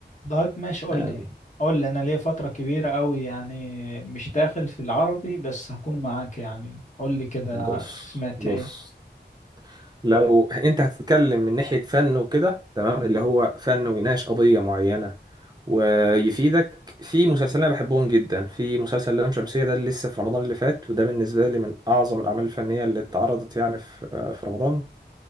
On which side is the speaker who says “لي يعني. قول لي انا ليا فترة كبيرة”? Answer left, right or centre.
Left